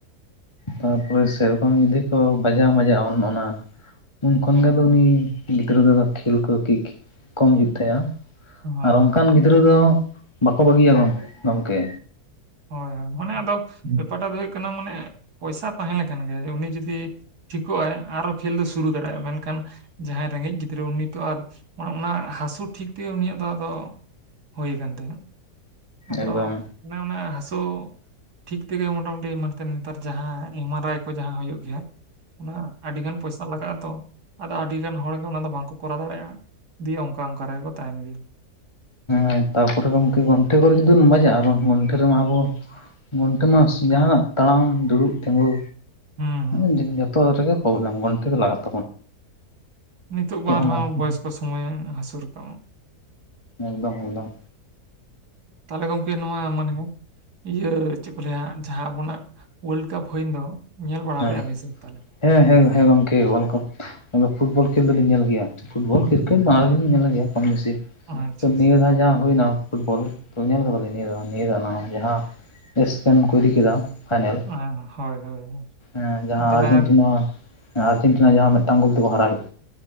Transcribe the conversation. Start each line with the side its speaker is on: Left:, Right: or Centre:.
Left: ᱛᱟᱯᱚᱨᱮ ᱥᱮᱨᱚᱠᱚᱢ ᱡᱩᱫᱤ ᱠᱚ ᱵᱟᱡᱟᱣ ᱢᱟᱡᱟᱭ-ᱟ ᱚᱱ ᱚᱱᱟ ᱩᱱᱠᱷᱚᱱ
Right: ᱦᱮᱸ
Left: ᱜᱮ ᱟᱫᱚ ᱩᱱᱤ ᱜᱤᱫᱽᱨᱟᱹ ᱫᱚ ᱟᱫᱚ ᱠᱷᱮᱞ ᱠᱚ ᱠᱤᱠ ᱠᱚᱢ ᱦᱩᱭᱩᱜ ᱛᱟᱭᱟ᱾
Right: ᱦᱳᱭ
Left: ᱟᱨ ᱚᱱᱠᱟᱱ ᱜᱤᱫᱽᱨᱟᱹ ᱫᱚ ᱵᱟᱠᱚ ᱵᱟᱹᱜᱤᱭᱟ ᱜᱚᱝᱠᱮ᱾
Right: ᱦᱳᱭ ᱦᱳᱭ ᱢᱟᱱᱮ ᱟᱫᱚ ᱵᱮᱯᱟᱨᱴᱟᱜ ᱫᱚ ᱦᱩᱭᱩᱜ ᱠᱟᱱᱟ ᱢᱟᱱᱮ ᱯᱚᱭᱥᱟ ᱛᱟᱦᱮᱸ ᱞᱮᱠᱷᱟᱱ ᱜᱮ ᱩᱱᱤ ᱡᱩᱫᱤ ᱴᱷᱤᱠᱚᱜᱼ ᱟᱭ ᱟᱨᱚ ᱠᱷᱮᱞ ᱫᱚ ᱥᱩᱨᱩ ᱫᱟᱲᱮᱭᱟᱜᱼᱟ ᱢᱮᱱᱠᱷᱟᱱ, ᱡᱟᱦᱟᱸᱭ ᱨᱮᱸᱜᱮᱡ ᱜᱤᱫᱽᱨᱟᱹ ᱩᱱᱤ ᱛᱚ ᱟᱨ ᱚᱱᱟ ᱦᱟᱹᱥᱩ ᱴᱷᱤᱠ ᱛᱮᱜᱮ ᱩᱱᱤᱭᱟᱜ ᱫᱚ ᱟᱫᱚ ᱦᱩᱭ ᱠᱟᱱ ᱛᱟᱭᱟ᱾ ᱟᱫᱚ
Left: ᱮᱠᱫᱚᱢ
Right: ᱚᱱᱮ ᱚᱱᱟ ᱥᱩ ᱴᱷᱤᱠ ᱛᱮᱜᱮ ᱢᱚᱴᱟᱢᱩᱴᱤ ᱢᱟᱱᱛᱮ ᱱᱮᱛᱟᱨ ᱡᱟᱦᱟᱸ ᱮᱢᱟᱨᱟᱭ ᱠᱚ ᱡᱟᱦᱟᱸ ᱦᱩᱭᱩᱜ ᱜᱮᱭᱟ ᱚᱱᱟ ᱟᱹᱰᱤ ᱜᱟᱱ ᱯᱚᱭᱥᱟ ᱞᱟᱜᱟᱜᱼᱟ ᱛᱚ, ᱟᱫᱚ ᱟᱹᱰᱤ ᱜᱟᱱ ᱦᱚᱲᱜ ᱚᱱᱟ ᱫᱚ ᱵᱟᱝᱠᱚ ᱠᱚᱨᱟᱣ ᱫᱟᱲᱮᱭᱟᱜᱼᱟ ᱫᱤᱭᱮ ᱚᱝᱠᱟ ᱚᱝᱠᱟ ᱨᱮᱜᱮ ᱠᱚ ᱛᱟᱦᱮᱸᱱ ᱜᱮ᱾
Left: ᱦᱮᱸ ᱛᱟᱨᱯᱚᱨᱮ ᱜᱚᱝᱠᱮ ᱜᱚᱱᱴᱷᱮ ᱠᱚᱨᱮ ᱡᱩᱫᱤ ᱵᱚᱱ ᱵᱟᱡᱟᱜᱼᱟ ᱜᱚᱱᱴᱷᱮ ᱨᱮᱢᱟ ᱟᱵᱚ ᱜᱚᱱᱴᱮ ᱢᱟᱥ ᱡᱟᱦᱟᱸᱱᱟᱜ ᱛᱟᱲᱟᱢ ᱫᱩᱲᱩᱵ ᱛᱮᱝᱜᱩ
Right: ᱦᱩᱸ,
Left: ᱦᱮᱸ ᱡᱚ ᱡᱚᱛᱚ ᱦᱚᱲ ᱨᱮᱜᱮ ᱯᱨᱚᱵᱽᱞᱮᱢ ᱜᱚᱱᱴᱷᱮ ᱫᱚ ᱞᱟᱜᱟᱛ
Right: ᱱᱤᱛᱚᱜ ᱵᱟ ᱟᱨᱦᱚᱸ
Left: ᱚᱱᱟ
Right: ᱵᱚᱭᱚᱥᱠᱚ ᱥᱚᱢᱚᱭ ᱦᱟᱹᱥᱩ ᱨᱟᱠᱟᱵᱼᱟᱢ
Left: ᱮᱠᱫᱚᱢ ᱮᱠᱫᱚᱢ᱾
Right: ᱛᱟᱦᱚᱞᱮ ᱜᱚᱝᱠᱮ ᱱᱚᱣᱟ ᱢᱟᱱᱮ ᱤᱭᱟᱹ ᱪᱮᱜ ᱠᱚ ᱞᱟᱹᱭᱟ ᱡᱟᱦᱟᱸ ᱟᱵᱚᱱᱟᱜ ᱚᱣᱟᱹᱞᱰᱠᱟᱯ ᱦᱩᱭᱮᱸᱱ ᱫᱚ ᱧᱮᱞ ᱵᱟᱲᱟ
Left: ᱦᱮᱸ
Right: ᱞᱮᱜᱼᱟ ᱵᱤᱱ ᱥᱮ ᱵᱟᱝ ᱛᱟᱦᱚᱞᱮ?
Left: ᱦᱮᱸ ᱦᱮᱸ ᱦᱮᱸ ᱜᱚᱝᱠᱮ ᱚᱣᱟᱹᱞᱰ ᱠᱟᱯ ᱟᱫᱚ ᱯᱷᱩᱴᱵᱚᱞ ᱠᱷᱮᱞ ᱫᱚᱞᱤᱧ ᱧᱮᱞ ᱜᱮᱭᱟ ᱯᱷᱩᱴᱵᱚᱞ ᱠᱨᱤᱠᱮᱴ ᱵᱟᱱᱟᱨ ᱨᱮᱜᱮᱞᱤᱧ ᱧᱮᱞ ᱜᱮᱭᱟ ᱠᱚᱢ ᱵᱮᱥᱤ᱾
Right: ᱟᱪᱪᱷᱟ
Left: ᱛᱚ
Right: ᱟᱪᱪᱷᱟ
Left: ᱱᱤᱭᱟᱹ ᱫᱷᱟᱣ ᱡᱟᱦᱟᱸ ᱦᱩᱭᱱᱟ ᱯᱷᱩᱴᱵᱚᱞ ᱛᱚ ᱧᱮᱞ ᱠᱟᱫᱟᱞᱤᱧ ᱱᱤᱭᱟᱹ ᱫᱷᱟᱣ ᱱᱤᱭᱟᱹ ᱫᱷᱟᱣ ᱚᱱᱟ ᱡᱟᱦᱟᱸ ᱮᱥᱯᱮᱱ ᱠᱚ ᱚᱫᱤᱠᱮᱫᱟ ᱯᱷᱟᱭᱱᱮᱞ
Right: ᱚᱸ ᱦᱳᱭ ᱦᱳᱭ ᱦᱳᱭ᱾
Left: ᱦᱮᱸ ᱡᱟᱦᱟᱸ
Right: ᱛᱟᱦᱚᱞᱮ
Left: ᱟᱨᱡᱮᱱᱴᱤᱱᱟ ᱟᱨᱡᱮᱱᱴᱤᱱᱟ ᱡᱟᱦᱟᱸ ᱢᱤᱜᱴᱟᱝ ᱜᱚᱞ ᱛᱮᱠᱚ ᱦᱟᱨᱟᱣ ᱠᱮᱜ